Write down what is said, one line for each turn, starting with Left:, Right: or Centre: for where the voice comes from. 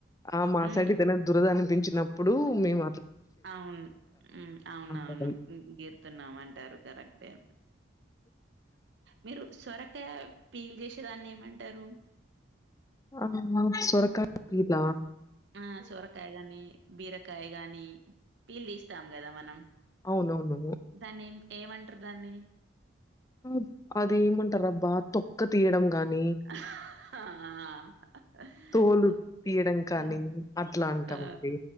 Left: ఆ మాసైడ్
Right: హ్మ్
Left: ఏదైన దురద అనిపించినప్పుడు మేమ
Right: అవును ఉ అవునవును
Left: ఆ పదం.
Right: హు గీరుతున్నామంటారు కరెక్టే మీరు సొరకాయ పీల్ చేసేదాన్నేమంటారు
Left: ఆహా సొరకాయ పీల్ ఆ
Right: ఆ సొరకాయ గానీ బీరకాయ గానీ పీల్ తీస్తాం కదా మనం
Left: అవునవును
Right: దాన్నే ఏమంట్రు దాన్ని
Left: ఆ అది ఏమంటరబ్బా తొక్క తీయడం గాని
Right: ఆహ్ అ హా
Left: తోలు
Right: ఓకే
Left: తీయడం కానీ
Right: ఆ
Left: అట్లా అంటామండి.
Right: ఆ